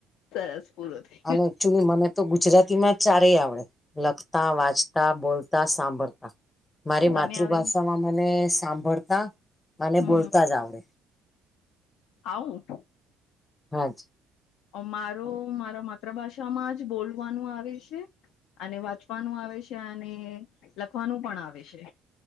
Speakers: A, on the left (about 80°); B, on the left (about 15°).
A: સરસ પુરવ થ
B: અનેક્ચુઅલી મ તો ગુજરાતી માં ચારેય આવડે લખતા વાંચતા બોલતા સાંભળતા મારી
A: તમે
B: માતૃભાષામાં
A: આવે
B: મને સાંભળતા મને
A: હમ
B: બોલતા જ આવડે
A: આવમું
B: હા જ
A: મારો મારા માતૃભાષામાં જ બોલવાનું આવે છે અને વાંચવાનું આવે છે અને લખવાનું પણ આવે છે